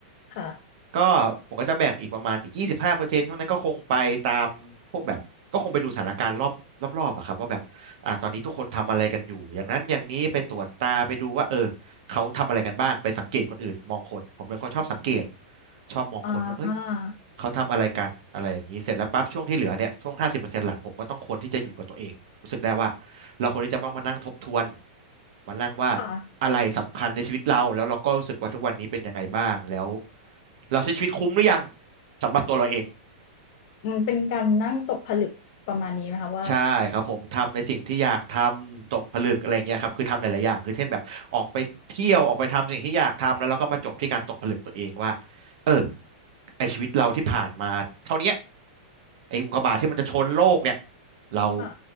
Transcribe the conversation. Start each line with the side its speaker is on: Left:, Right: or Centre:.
Left: ค่ะ
Right: ก็ผมก็จะแบ่งอีกประมาณอีกยี่สิบห้าเปอร์เซ็นต์ท่านั้นก็คงไปตามพวกแบบก็คงไปดูสถานการณ์รอบรอบๆอะครับว่าแบบอ่าตอนนี้ทุกคนทำอะไรกันอยู่อย่างนั้นอย่างนี้ไปตรวจตาไปดูว่าเออเขาทำอะไรกันบ้างไปสังเกตคนอื่นมองคนผมเป็นคนชอบสังเกตชอบมองคนว่าเอ้ย
Left: อ่า
Right: เขาทำอะไรกันอะไรอย่างนี้เสร็จแล้วปั๊บช่วงที่เหลือเนี่ยช่วงห้าสิบเปอร์เซ็นต์หลังผมก็ต้องควรที่จะอยู่กับตัวเองรู้สึกได้ว่าเราควรที่จะต้องมานั่งทบทวนมานั่งว่า
Left: ค่ะ
Right: อะไรสำคัญในชีวิตเราแล้วเราก็รู้สึกว่าทุกวันนี้เป็นยังไงบ้างแล้วเราใช้ชีวิตคุ้มหรือยังสำหรับตัวเราเอง
Left: อืมเป็นการนั่งตกผลึกประมาณนี้ไหมคะว่า
Right: ใช่ครับผมทำในสิ่งที่อยากทำตกผลึกอะไรอย่างเงี้ยครับคือทำหลายๆอย่างคือเช่นแบบออกไปเที่ยวออกไปทำสิ่งที่อยากทำแล้วเราก็มาจบที่การตกผลึกตัวเองว่าเออไอชีวิตเราที่ผ่านมาเท่าเนี้ย ไอ้อุกกาบาตที่มันจะชนโลกเนี่ยเรา
Left: ค่ะ